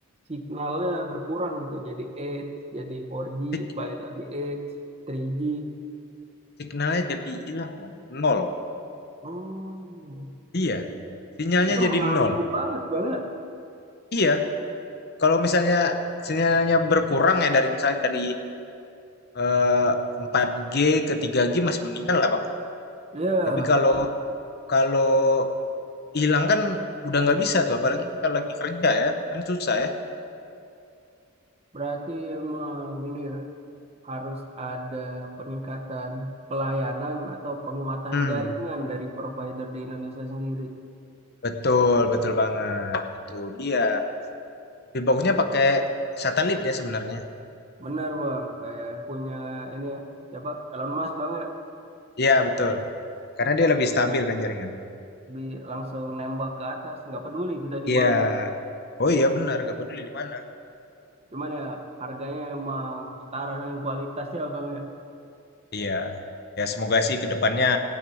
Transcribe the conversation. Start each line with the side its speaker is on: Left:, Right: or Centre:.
Right: signalnya berkurang gitu jadi 8 jadi 4G
Left: sig
Right: balik lagi 8 3G
Left: signalnya jadi hilang, Bang, nol.
Right: hmm.
Left: Iya, sinyalnya
Right: itu
Left: jadi
Right: mengganggu
Left: nol.
Right: banget banget
Left: Iya, kalau misalnya sinyalnya berkurang ya dari misalnya dari, eee, 4G ke 3G masih mendingan lah, Bang.
Right: ya
Left: Tapi kalau kalau hilang kan udah nggak bisa tuh, apalagi kita lagi kerja ya, kan susah ya.
Right: berarti emang ini ya harus ada peningkatan pelayanan atau penguatan
Left: Hmm,
Right: jaringan dari provider di Indonesia sendiri
Left: betul betul banget, itu dia. Lebih bagusnya pakai satelit ya sebenarnya.
Right: benar bang kayak yang punya ini ya Coba Elon Musk banget
Left: Iya, betul. Karena dia lebih stabil kan jaringan.
Right: bi langsung nembak ke atas, nggak peduli kita di
Left: Iya.
Right: mana,
Left: Oh iya benar, gak peduli di mana.
Right: Cuman ya harganya emang setara dengan kualitasnya bang ya.
Left: Iya. Ya semoga sih ke depannya